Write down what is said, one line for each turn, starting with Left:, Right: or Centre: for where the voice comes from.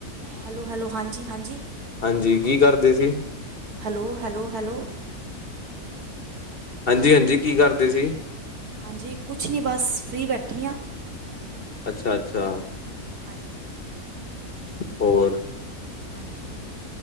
Right: ਹੈਲੋ ਹੈਲੋ ਹਾਂਜੀ ਹਾਂਜੀ
Left: ਹਾਂਜੀ ਕੀ ਕਰਦੇ ਸੀ।
Right: ਹੈਲੋ ਹੈਲੋ ਹੈਲੋ
Left: ਹਾਂਜੀ ਹਾਂਜੀ ਕੀ ਕਰਦੇ ਸੀ।
Right: ਹਾਂਜੀ ਕੁਛ ਨਹੀਂ ਬਸ ਫ੍ਰਰੀ ਬੈਠੀ ਹਾਂ।
Left: ਅੱਛਾ ਅੱਛਾ।
Right: ਹਾਂਜੀ
Left: ਹੋਰ
Right: ਹਾਂਜੀ